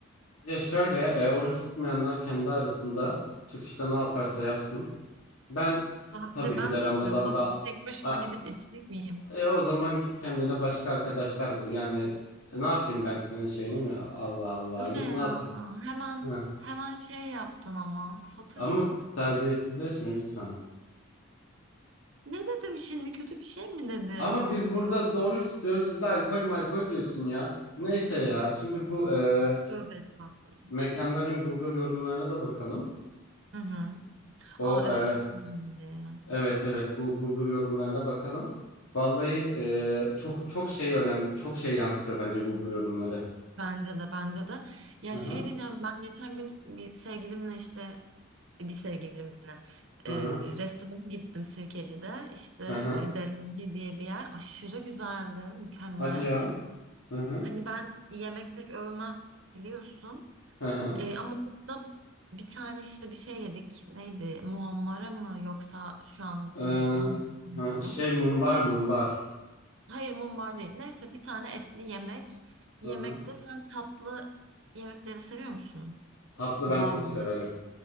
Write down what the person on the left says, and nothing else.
Ya şöyle e, oruç tutmayanlar kendi arasında çıkışta ne yaparsa yapsın. Ben
tabii ki
de
Ramazan'da
A-
e, o zaman git kendine başka arkadaşlar bul. Yani e, ne yapayım ben senin şeyini mi? Allah Allah.
Git
ne yap?
Hı.
Ama terbiyesizleşme lütfen.
Ama biz burada doğruş tutuyoruz. Bize alkol malkol diyorsun ya. Neyse ya. Şimdi bu e,
mekanların Google yorumlarına da bakalım.
O
e,
evet evet bu Google yorumlarına bakalım. Vallahi e, çok çok şey önemli. Çok şey yansıtıyor bence Google yorumları.
Hı
hı
hı hı.
hı hı.
Hadi ya. Hı hı
hı hı.
E,
hı, şey mumbar mumbar.
Hı hı.
Tatlı
ben çok severim.